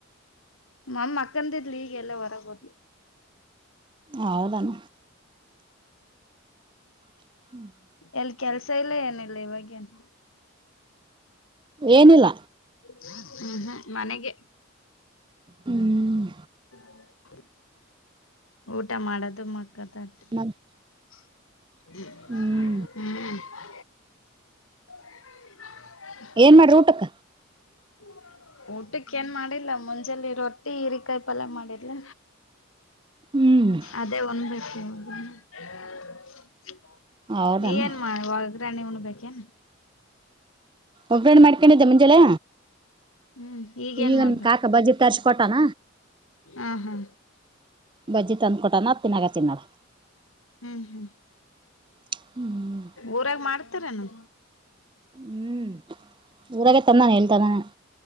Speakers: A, on the left; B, on the right.
A: ನಮ್ಮ ಅಮ್ಮ ಮಕ್ಕಂದಿದ್ಲೂ ಈಗ ಎಲ್ಲೊ ಹೊರಗ್ ಹೋದ್ಲು.
B: ಹೌದಾನ <unintelligible>
A: ಎಲ್ಲಿ ಕೆಲಸ ಇಲ್ಲ ಏನಿಲ್ಲ ಇವಾಗೇನು.
B: ಏನಿಲ್ಲ
A: ಹ್ಮ್ ಹ್ಮ್ ಮನೆಗೆ
B: ಹ್ಮ್
A: ಹ <unintelligible> ಊಟ ಮಾಡೋದು ಮಕ್ಕೋದ ಆತ್
B: ಮತ್
A: <unintelligible>
B: ಹ್ಮ್
A: ಹ್ಮ್ <unintelligible>
B: ಏನ್ ಮಾಡ್ದ್ ಊಟಕ್ಕ
A: ಹ್ಮ್ ಊಟಕ್ಕೆ ಏನ್ ಮಾಡಿಲ್ಲ ಮುಂಜಲಿ ರೊಟ್ಟಿ ಈರೇ ಕಾಯಿ ಪಲ್ಯ ಮಾಡಿರ್ಲ.
B: ಹ್ಮ್
A: ಅದೆ ಒಂದ್ <unintelligible>
B: ಹೌದಾನ
A: ನೀನ್ ಏನ್ ಮಾಡಿ ಒಗ್ರನೆ ಉಣ್ ಬೇಕೇನ್.
B: ಒಗ್ರಣೆ ಮಾಡ್ಕೊಂಡಿದ್ದೆ ಮುಂಜಳೆ.
A: ಹ್ಮ್ ಈಗೇನ್
B: ಈಗ
A: ಮಾಡ್ಬೇಕ
B: ನಿಮ್ ಕಾಕ ಬಜ್ಜಿ ತರ್ಸ್ ಕೊಟ್ಟಾನ.
A: ಹಾ ಹಾ
B: ಬಜ್ಜಿ ತಂದ್ ಕೊಟಾನ ತಿನಾಗತ್ತಿನ್ ನೋಡ್
A: ಹ್ಮ್ ಹ್ಮ್
B: <unintelligible>
A: ಊರಾಗ ಮಾಡ್ತಾರೆನು.
B: ಹ್ಮ್ ಊರಾಗೆ ತಂದನ ಎಲ್ಲ್ ತಂದಾನ.